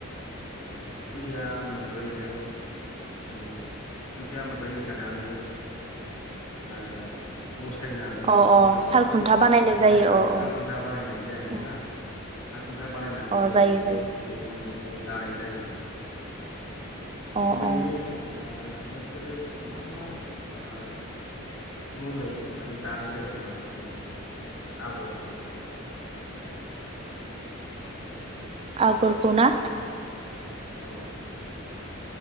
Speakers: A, on the left; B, on the right.
A: खुन्थिया मोनब्रैजों माने खुन्थिया मोनब्रै गायनानै ओ बस <unintelligible>
B: अ अ
A: जे कार्डखौ
B: सालखुन्था बानायनाय
A: बसायनानै
B: जायो अ
A: सालखुन्था बानायनाय जाया नङा
B: अ
A: होमबा? खुन्था बानायनानै
B: अ जायो
A: जों
B: जायो
A: बे खुन्दुं खौ दानाय जायो। <inaudible>
B: अ
A: गुबैयैनो
B: अ
A: ओ नोंसोरो मा मा आ मुङै माने दानाय जायो थारमाने बे आगरखौ?
B: आगरखौना?
A: औ